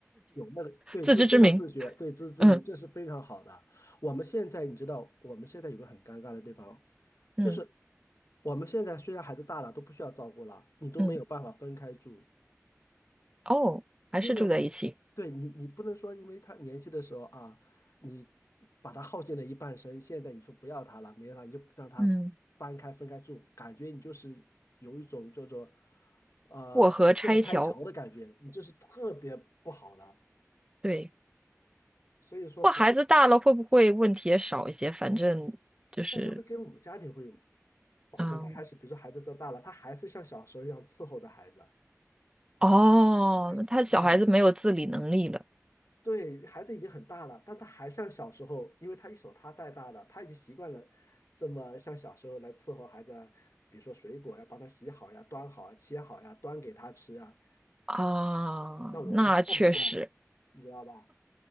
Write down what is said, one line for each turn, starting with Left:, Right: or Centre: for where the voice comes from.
Left: 有那个对自非常自觉，
Right: 自知之明。
Left: 对自知之明，
Right: 嗯
Left: 这是非常好的。我们现在你知道，我们现在有个很尴尬的地方，
Right: 嗯
Left: 就是我们现在虽然孩子大了，都不需要照顾了，你都没有办法分开住。
Right: 嗯，哦，还是住在一起。
Left: 因为对你，你不能说因为他年轻的时候啊，你把他耗尽了一半生，现在你说不要他了，没有他，你就让他搬开分开住，
Right: 嗯，
Left: 感觉你就是有一种叫做呃过河拆桥的感觉，
Right: 过河拆桥。
Left: 你就是特别不好的。
Right: 对，
Left: 所以说不会，
Right: 不过孩子大了会不会问题也少一些？反正就是，
Left: 但是会跟我们家庭会有矛盾。
Right: 嗯，
Left: 他还是比如说孩子长大了，他还是像小时候一样伺候着孩子，
Right: 哦，
Left: 他习惯了。
Right: 那他小孩子没有自理能力了
Left: 对，孩子已经很大了，但他还像小时候，因为他一手他带大的，他已经习惯了这么像小时候来伺候孩子啊，比如说水果呀，帮他洗好呀、端好啊、切好呀、端给他吃呀，
Right: 啊，
Left: 那我们就看不惯，
Right: 那确实，
Left: 你知道吧？